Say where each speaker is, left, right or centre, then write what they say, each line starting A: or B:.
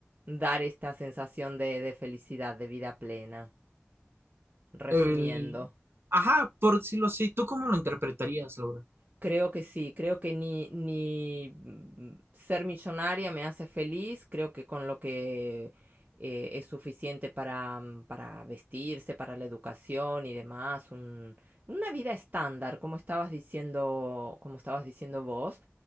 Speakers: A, on the right (about 35°); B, on the right (about 55°).
A: dar esta sensación de de felicidad, de vida plena, resumiendo.
B: El... Ajá, por si lo sé. ¿Tú cómo lo interpretarías, Laura?
A: Creo que sí, creo que ni, ni mm, ser millonaria me hace feliz, creo que con lo que eh, es suficiente para, mm, para vestirse, para la educación y demás, un- una vida estándar, como estabas diciendo, como estabas diciendo vos.